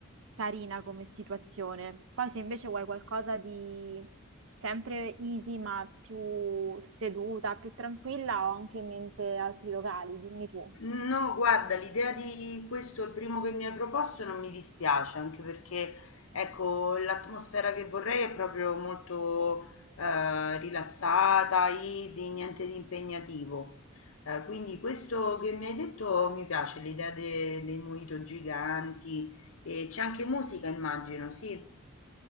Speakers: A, on the right (about 65°); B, on the left (about 75°).
A: carina come situazione. Poi se invece vuoi qualcosa di sempre easy ma più seduta, più tranquilla, ho anche in mente altri locali, dimmi tu.
B: No, guarda, l'idea di questo, il primo che mi hai proposto, non mi dispiace, anche perché, ecco, l'atmosfera che vorrei è proprio molto eh, rilassata, easy, niente di impegnativo. Eh, quindi questo che mi hai detto mi piace, l'idea de- dei mojito giganti e c'è anche musica, immagino, sì.